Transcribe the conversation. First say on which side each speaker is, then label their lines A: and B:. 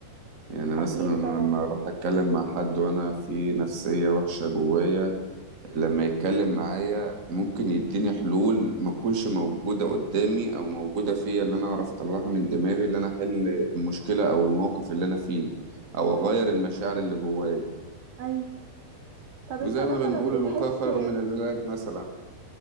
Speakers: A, on the right (about 30°); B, on the right (about 70°).
A: يعني مثلا
B: اكيد طبعا
A: لما أروح أتكلم مع حد وأنا في نفسية وحشة جوايا لما يتكلم معايا ممكن يديني حلول ما تكونش موجودة قدامي أو موجودة فيا اللي أنا أعرف أطلعها من دماغي اللي أنا أحل المشكلة أو الموقف اللي أنا فيه أو
B: مم.
A: أغير المشاعر اللي جوايا
B: ايوه طب
A: وزي
B: انت مثلا
A: ما بنقول
B: بتحس
A: الوقاية خير من العلاج مثلا